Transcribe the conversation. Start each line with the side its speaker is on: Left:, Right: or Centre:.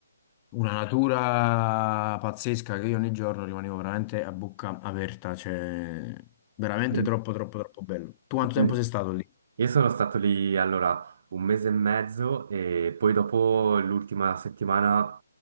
Left: una natura pazzesca che io ogni giorno rimanevo veramente a bocca aperta, cioè veramente
Right: sì.
Left: troppo, troppo, troppo bello. Tu quanto
Right: <laughs>
Left: tempo sei stato lì?
Right: Io sono stato lì allora un mese e mezzo e poi dopo l'ultima settimana